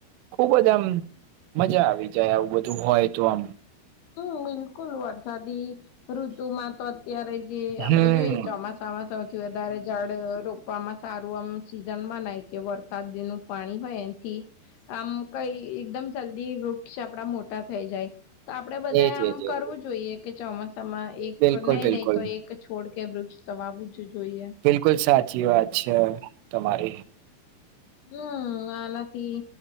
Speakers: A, on the right (about 85°); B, on the left (about 75°).
A: ખુબ જ આમ મજા આવી જાય આવું બધું હોય તો આમ.
B: હમ બિલકુલ વરસાદી ઋતુ માં તો અત્યારે જ જે આપડે
A: હમ
B: જોઈએ ચોમાસામાં સૌથી વધારે ઝાડ રોપવામાં સારું આમ સિઝન બનાય કે વરસાદ ન પાણી હોય એથી આમ કઈ એકદમ જલ્દી વૃક્ષ આપડા મોટા થઈ જાય. તો આપડે બધા
A: એજ
B: આમ
A: એજ
B: કરવું
A: એજ
B: જોઈએ કે ચોમાસામાં એક
A: બિલકુલ
B: નહી
A: બિલકુલ
B: નહી તો એક એક છોડ કે વૃક્ષ તો વાવું જ જોઈએ.
A: બિલકુલ સાચી વાત છે તમારી.
B: હમ હ આનાથી